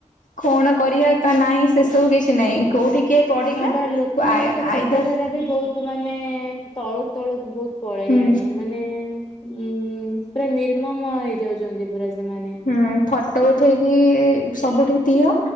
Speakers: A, on the left; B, on the left.
A: କଣ କରିବା କ ନାହିଁ ସେସବୁ କିଛି ନାହିଁ। କୋଉଠି କିଏ ପଡିଲା
B: ହଁ ବା ଲୋକମାନଙ୍କ
A: ଆଇ
B: ଚିନ୍ତାଧାରା
A: ଆଇଦର
B: ବି ବହୁତ ମାନେ ତଳୁ ତଳକୁ ବହୁତ ପଳେଇଲାଣି
A: ହୁଁ
B: ମାନେ ଉ ପୁରା ନିର୍ମମ ହେଇଯାଉଛନ୍ତି ପୁରା ସେମାନେ
A: ହୁଁ ଫଟୋ ଉଠେଇକି ସବୁଠେଇ ଦିଅ